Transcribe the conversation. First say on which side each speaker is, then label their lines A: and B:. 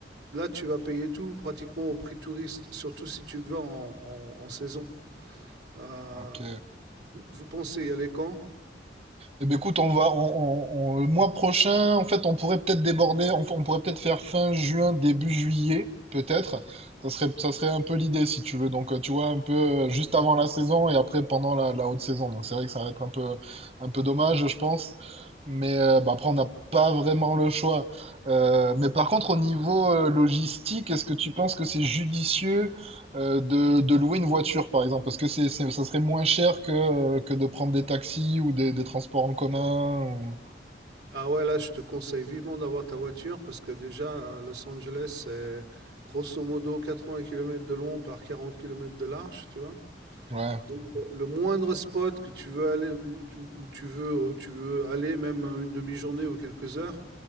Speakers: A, on the right (about 75°); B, on the right (about 35°).
A: là, tu vas payer tout pratiquement au prix touriste, surtout si tu vas en, en- en saison. Euh,
B: Ok.
A: vous, vous pensez y aller quand?
B: Eh ben, écoute, on va, on, on- on- le mois prochain, en fait, on pourrait peut-être déborder, on, on pourrait peut-être faire fin juin, début juillet, peut-être. Ça serait, ça serait un peu l'idée, si tu veux. Donc, euh, tu vois, un peu euh, juste avant la saison et après pendant la, la haute saison. Donc, c'est vrai que ça va être un peu, un peu dommage, je pense. Mais euh, bah, après, on n'a pas vraiment le choix. Euh, mais par contre, au niveau euh, logistique, est-ce que tu penses que c'est judicieux euh, de, de louer une voiture, par exemple, parce que c'est, c'est- ça serait moins cher que, euh, que de prendre des taxis ou des, des transports en commun. ou-
A: Ah ouais, là, je te conseille vivement d'avoir ta voiture parce que déjà, à Los Angeles, c'est grosso modo 80 km de long par 40 km de large, tu vois.
B: Ouais,
A: Donc, euh, le moindre spot que tu veux aller, où tu, où tu veux, où tu veux aller, même euh, une demi-journée ou quelques heures,